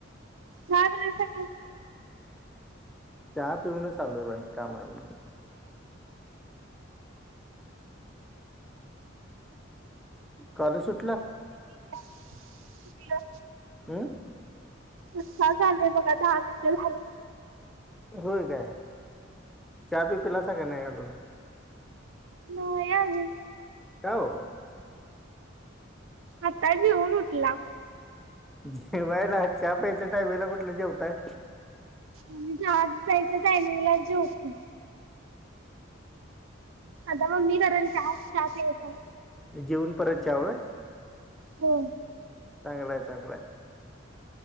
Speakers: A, on the right; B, in the centre.
A: काय पण का
B: चहा पिऊनच आलोय बाहेर काम हाय म्हणून. काॅलेज सुटलं?
A: <inaudible> सुटलं.
B: हम.
A: आताच आलोय बघा दहा मिनिटं झालं.
B: होय. काय चहा बी पिलासा काय नाई अजून.
A: नाई अजून.
B: काओ?
A: आता जेवुन उटलावं.
B: जेवायला चा प्यायच्या टायमिंगला कुठलं जेवताय.
A: आम्ही चहाच प्यायच्या टायमिंगलाच जेवतोय. आता मम्मी करेल चहा चहा प्यायचा
B: जेऊन परत चा होय.
A: हो.
B: चांगलाय चांगलाय.